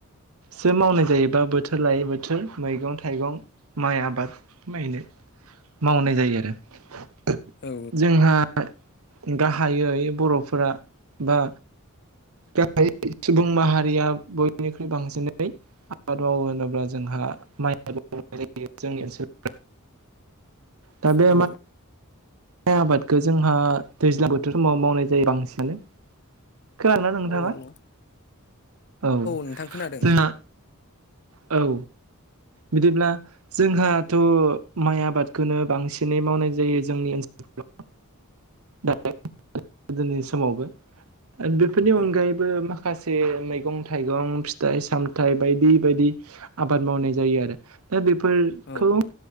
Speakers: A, on the right; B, on the left.
A: सो मावनाय जायो बा बोथोर लायै बोथोर मैगं थाइगं माइ आबाद मायनाय मावनाय जायो आरो
B: औ
A: जोंहा गाहायै बर'फोरा बा गाहाइ सुबुं माहारिया बयनिख्रुइ बांसिनै आबाद मावो होनोब्ला जोंहा माइ आबाद मावनाय जोंनि ओनसोलाव। दा बे
B: औ
A: माइ आबादखौ जोंहा दैज्लां बोथोर समाव मावनाय जायो बांसिन। खोनादोंना नोंथाङा?
B: औ औ
A: औ
B: नोंथां खोनादों
A: जोंहा औ बिदिब्ला जोंहाथ' माइ आबादखौनो बांसिनै मावनाय जायो जोंनि ओनसोलफ्राव। <inaudible> गोदोनि समावबो बेफोरनि अनगायैबो
B: औ
A: माख माखासे मैगं थाइगं फिथाइ सामथाइ बायदि बायदि आबाद मावनाय जायो आरो दा बेफोरखौ
B: औ